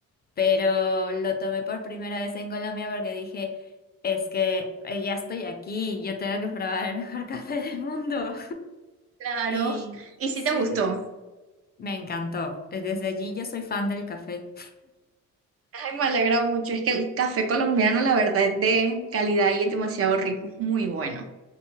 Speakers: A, on the left; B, on the right.
A: Pero lo tomé por primera vez en Colombia porque dije, es que eh, ya estoy aquí, yo tengo que probar el mejor <laughs> café del mundo.
B: Claro.
A: Y
B: ¿Y si
A: sí,
B: te gustó?
A: me encantó. Desde allí yo soy fan del café.
B: Ay, me alegra mucho. Es que el café colombiano, la verdad, es de calidad y es demasiado rico. Muy bueno.